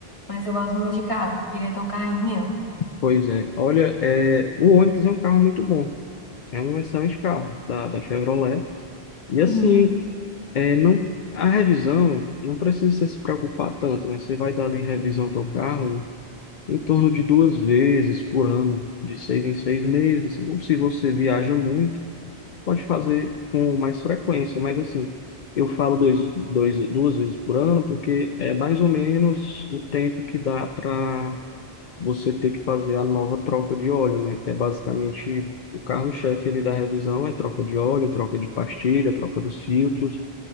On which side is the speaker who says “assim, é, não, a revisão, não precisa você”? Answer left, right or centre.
Left